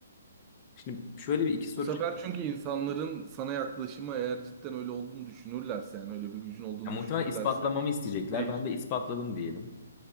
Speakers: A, on the left (about 30°); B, on the right (about 25°).
A: şimdi şöyle bir iki soru.
B: Bu sefer
A: çık-
B: çünkü insanların sana yaklaşımı eğer cidden öyle olduğunu düşünürlerse yani öyle bir gücün olduğunu
A: Ya muhtemelen
B: düşünürlerse
A: ispatlamamı isteyecekler.
B: değişir.
A: Ben de ispatladım diyelim.